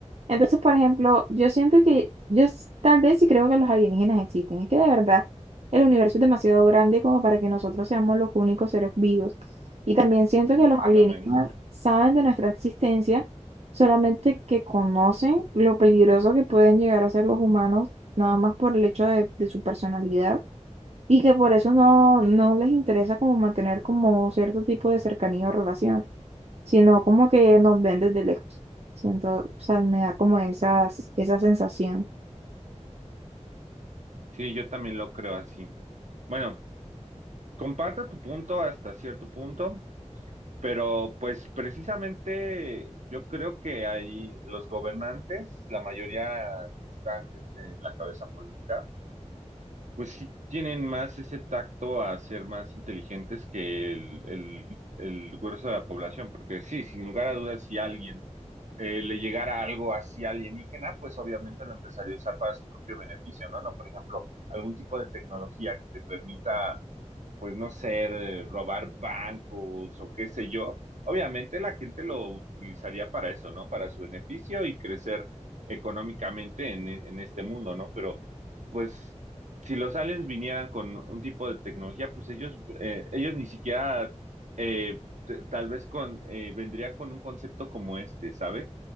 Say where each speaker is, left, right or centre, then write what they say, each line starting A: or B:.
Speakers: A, on the right; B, on the right.
A: Entonces, por ejemplo, yo siento que yo s- tal vez sí creo que los alienígenas existen. Es que de verdad el universo es demasiado grande como para que nosotros seamos los únicos seres vivos. Y también siento que
B: justamente.
A: los alienígenas saben de nuestra existencia, solamente que conocen lo peligroso que pueden llegar a ser los humanos, nada más por el hecho de de su personalidad y que por eso no, no les interesa como mantener como cierto tipo de cercanía o relación, sino como que nos ven desde lejos. Siento, o sea, me da como esas, esa sensación.
B: Sí, yo también lo creo así. Bueno, comparto tu punto hasta cierto punto, pero pues precisamente yo creo que ahí los gobernantes, la mayoría que están este, en la cabeza política, pues sí tienen más ese tacto a ser más inteligentes que el, el, el grueso de la población, porque sí, sin lugar a dudas, si alguien eh, le llegara algo así alienígena, pues obviamente lo empezaría a usar para su propio beneficio, ¿no? No, por ejemplo, algún tipo de tecnología que te permita pues no sé, eh, robar bancos o qué sé yo, obviamente la gente lo utilizaría para eso, ¿no? Para su beneficio y crecer económicamente en, en este mundo, ¿no? Pero pues si los aliens vinieran con un tipo de tecnología, pues ellos, eh, ellos ni siquiera eh, t- tal vez con, eh, vendrían con un concepto como este, ¿sabes?